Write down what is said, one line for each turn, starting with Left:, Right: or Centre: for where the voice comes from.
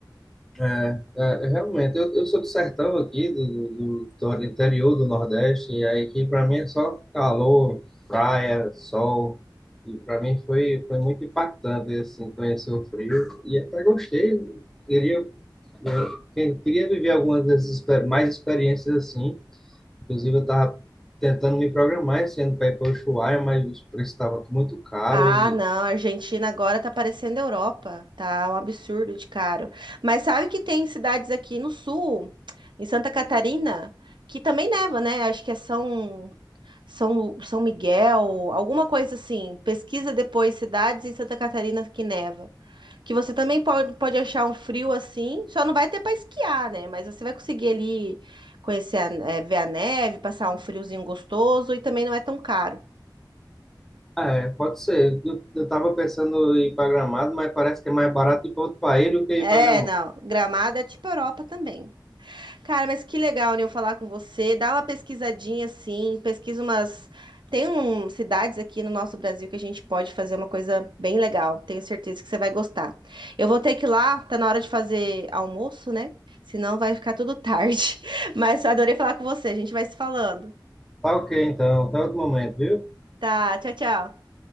Centre: É, é, é, realmente, eu, eu sou do sertão aqui, do, do, do interior do Nordeste, e aí que para mim é só calor, praia, sol, e para mim foi, foi muito impactante, assim, conhecer o frio, e até gostei, queria, eu- quem- queria viver algumas dessas exper- mais experiências assim, Inclusive, eu estava tentando me programar esse ano para ir para Ushuaia, mas o preço estava muito caro
Right: Ah,
Centre: e.
Right: não, a Argentina agora tá parecendo a Europa, tá um absurdo de caro. Mas sabe que tem cidades aqui no sul, em Santa Catarina, que também neva, né? Acho que é São, São, São Miguel, alguma coisa assim. Pesquisa depois cidades em Santa Catarina que neva. Que você também pode, pode achar um frio assim, só não vai ter para esquiar, né? Mas você vai conseguir ali conhecer, a- eh, ver a neve, passar um friozinho gostoso e também não é tão caro.
Centre: Ah, É, pode ser. Eu, eu tava pensando em ir para Gramado, mas parece que é mais barato ir para outro país do que
Right: É,
Centre: ir para Gramado.
Right: não. Gramado é tipo Europa também. Cara, mas que legal, né, eu falar com você. Dá uma pesquisadinha assim, pesquisa umas. Tem um, cidades aqui no nosso Brasil que a gente pode fazer uma coisa bem legal. Tenho certeza que você vai gostar. Eu vou ter que ir lá, tá na hora de fazer almoço, né? Senão vai ficar tudo tarde. <laughs> Mas adorei falar com você. A gente vai se falando.
Centre: Tá ok, então. Até outro momento, viu?
Right: Tá, tchau, tchau.